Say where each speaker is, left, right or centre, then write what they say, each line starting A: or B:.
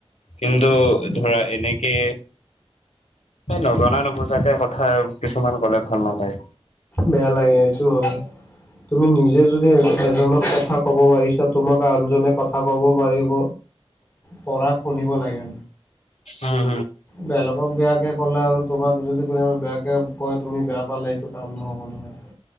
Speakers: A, on the left; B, on the left.
A: কিন্তু
B: উম
A: ধৰা এনেকে এই নজনা নুবোজাকে কথা কিছুমান ক'লে ভাল নালাগে।
B: বেয়া লাগে এইটো হ'য়, তুমি নিজেও যদি এজনক কথা কব ক'ব পাৰিছ তোমাক আনজনে কথা ক'ব পাৰিব। পঢ়া শুনিব লাগে।
A: উম
B: বেলেকক বেয়াকে ক'লে আৰু তোমাক যদি কোনোবাই বেয়াকে কয় তুমি বেয়া পালে এইটো কাম নহব নহয়।